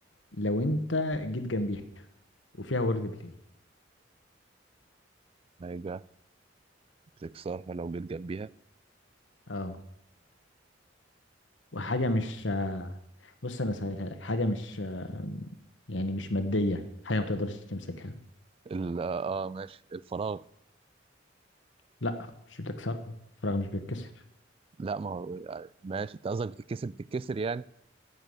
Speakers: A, on the left; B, on the right.
A: لو انت جيت جنبيها وفيها وورد بلاي
B: حاجة بتكسرها لو جيت جنبيها
A: اه وحاجة مش آه، بص انا سهلها لك حاجة مش آه، يعني مش مادية حاجة ما تقدرش تمسكها
B: ال- اه ماشي الفراغ
A: لا مش بتكسرها فراغ مش بيتكسر
B: لا ما هو آه، ماشي انت قصدك بتتكسر بتتكسر يعني